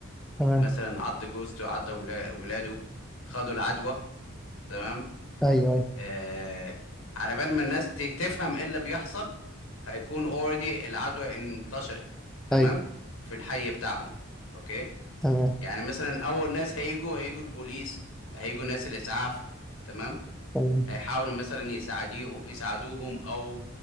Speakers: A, in the centre; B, on the left (about 85°).
A: تمام
B: مثلا عض جوزته عض ولا- ولاده خدوا العدوى تمام
A: ايوه ايوه
B: آه على بال ما الناس ت- تفهم ايه اللي بيحصل هيكون اوريدي العدوى انتشرت تمام
A: ايوه
B: في الحي بتاعهم اوكي
A: تمام
B: يعني مثلا اول ناس هيجوا هيجوا البوليس هيجوا ناس الاسعاف تمام
A: تمام
B: هيحاولوا مثلا يساعديه يساعدوهم او